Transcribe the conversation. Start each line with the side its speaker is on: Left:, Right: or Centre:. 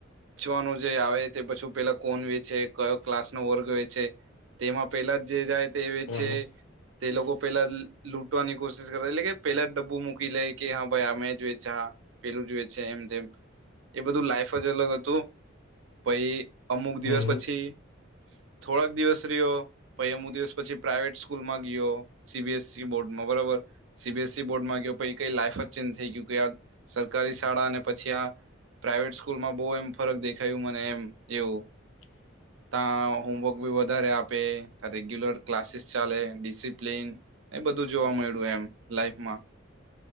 Right: ચવાનું જે આવે, તે પછું પેલા કોન વેચે, કયો ક્લાસ નો વર્ગ વેચે. તેમાં પેલા જે જાય તે વેચે,
Left: હમ હમ
Right: તે લોકો પેલા લુ લૂંટવાની કોશિશ કરે, એટલે કે પેલા જ ડબ્બુ મૂકી લેય કે, હા, ભાઈ, આ મેજ વેચા પેલુંજ વેચે એમ તેમ, એ બધું લાઈફ જ અલગ હતું, પહી અમુક દિવસ
Left: હમ હમ
Right: પછી, થોડાક દિવસ રીયો. પહી અમુ દિવસ પછી પ્રાાઈવેટ સ્કૂલમાં ગીયો, સી બી એસ સી બોર્ડમાં. બરોબર, સી બી એ સી બોર્ડમાં ગીયો પહી કઈ લાઈફ જ ચેન્જ થેય ગીયુ, કઇ આ સરકારી શાળા અને પછી આ પ્રાાઈવેટ સ્કૂલમાં બઉ એમ ફરક દેખાયું મને એમ એવું.
Left: <inaudible>
Right: તા હોમવર્ક બી વધારે આપે, તા રેગ્યુલર ક્લાસીસ ચાલે, ડિસિપ્લિન એ બધું જોવા મયળુ એમ લાઈફમાં,